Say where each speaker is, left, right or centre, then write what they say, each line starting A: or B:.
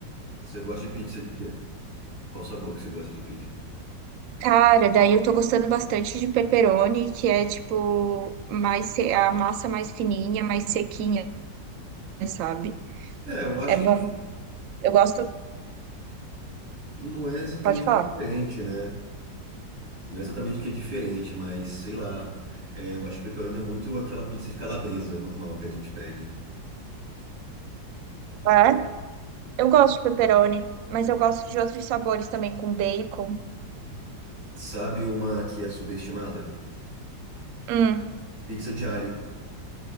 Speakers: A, on the right; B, on the right.
A: Você gosta de pizza de quê? Qual sabor que você gosta de pedir?
B: Cara, daí eu tô gostando bastante de pepperoni, que é tipo mais se- a massa mais fininha, mais sequinha, sabe?
A: É, eu acho
B: É
A: que
B: bom.
A: é dif-
B: Eu gosto.
A: não é exatamente
B: Pode
A: diferente,
B: falar.
A: né? Não é exatamente que é diferente, mas sei lá. É, eu acho que pepperoni é muito aquela pizza de calabresa normal que a gente pede.
B: É? Eu gosto de pepperoni, mas eu gosto de outros sabores também, com bacon.
A: Sabe uma que é subestimada?
B: Hum,
A: Pizza de alho.